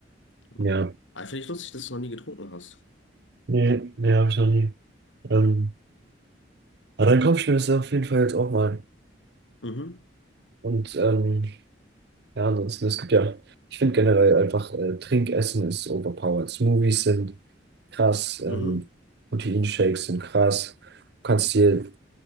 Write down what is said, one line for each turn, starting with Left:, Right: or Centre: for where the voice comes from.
Left: Ja.
Right: Ja.
Left: Aber finde ich lustig, dass du noch nie getrunken hast.
Right: Nee, nee, habe ich noch nie. Ähm, Aber dann kaufe ich mir das auf jeden Fall jetzt auch mal.
Left: Mhm,
Right: Und ähm, ja, ansonsten, es gibt ja, ich finde generell einfach, äh, Trinkessen ist overpowered. Smoothies sind krass, ähm,
Left: mhm.
Right: Proteinshakes sind krass. Du kannst dir, du